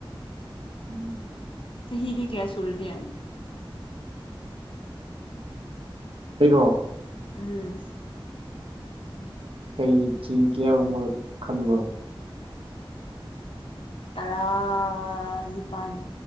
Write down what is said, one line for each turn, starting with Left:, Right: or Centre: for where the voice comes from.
Right: <inaudible>
Left: ꯆꯍꯤꯗꯤ ꯀꯌꯥ ꯁꯨꯔꯒꯦ
Right: ꯑꯩꯔꯣ
Left: ꯎꯝ
Right: ꯀꯩꯁꯤ ꯀꯌꯥꯒꯨꯝꯕ ꯈꯟꯕ꯭ꯔꯣ
Left: ꯇꯔꯥ ꯅꯤꯄꯟ